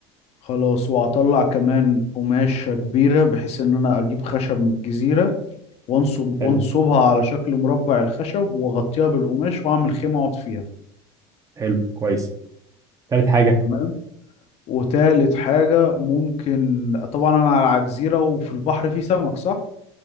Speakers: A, on the left; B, on the right.
A: خلاص وهطلع كمان قماشة كبيرة بحيث ان انا اجيب خشب من الجزيرة وانصب
B: حلو
A: وانصبها على شكل مربع الخشب واغطيها بالقماش واعمل خيمة اقعد فيها
B: حلو كويس تالت حاجة
A: تمام وتالت حاجة ممكن طبعا أنا على جزيرة وفي البحر في سمك صح؟